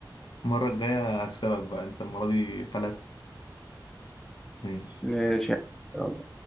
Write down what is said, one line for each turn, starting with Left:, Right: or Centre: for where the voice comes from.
Left: المرة الجاية هكسبك بقى انت المرة دي فلت ماشي
Centre: ماشي يا الله